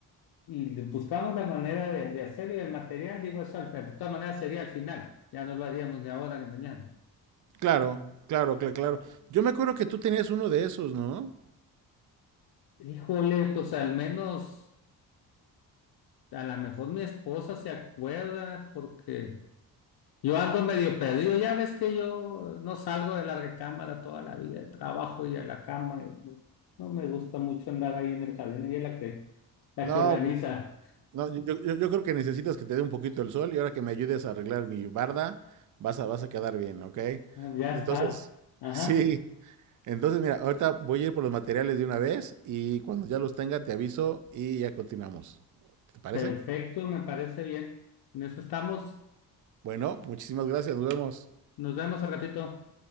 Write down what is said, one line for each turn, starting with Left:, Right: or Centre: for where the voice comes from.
Left: y buscamos la manera de, de hacerlo y el material, digo eso, al- de todas maneras sería al final, ya no lo haríamos ni ahora ni mañana.
Right: claro, claro, claro, claro. Yo me acuerdo que tú tenías uno de esos, ¿no?
Left: Híjole, pues al menos, a lo mejor mi esposa se acuerda porque yo ando medio perdido, ya ves que yo no salgo de la recámara toda la vida, trabajo y a la cama, y no no me gusta mucho andar ahí en el jardín, ella es la que, la
Right: No,
Left: que organiza.
Right: No, yo, yo- yo- yo creo que necesitas que te dé un poquito el sol y ahora que me ayudes a arreglar mi barda, vas a, vas a quedar bien, ¿ok?
Left: Ah, Ya
Right: Entonces,
Left: estás, ajá,
Right: <laughs> sí, entonces mira, ahorita voy a ir por los materiales de una vez y cuando ya los tenga te aviso y ya continuamos. ¿Te parece?
Left: perfecto, me parece bien, en eso estamos,
Right: Bueno, muchísimas gracias, nos vemos.
Left: nos vemos al ratito.